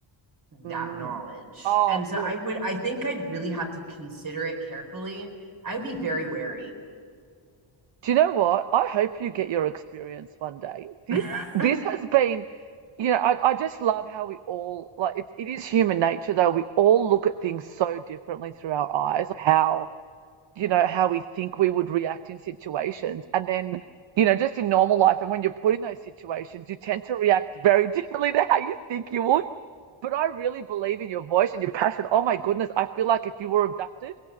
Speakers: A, on the right (about 40°); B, on the right (about 60°).
A: that
B: mm,
A: knowledge?
B: oh
A: And so
B: look
A: I would, I think I'd really have to consider it carefully. I would be very
B: Yeah.
A: wary.
B: Do you know what? I hope you get your experience one day. This
A: <laughs>
B: this has been, you know, I, I just love how we all like it, it is human nature though. We all look at things so differently through our eyes, how you know, how we think we would react in situations. And then, you know, just in normal life and when you're put in those situations, you tend to react very <laughs> differently to how you think you would. But I really believe in your voice and your passion. Oh my goodness, I feel like if you were abducted,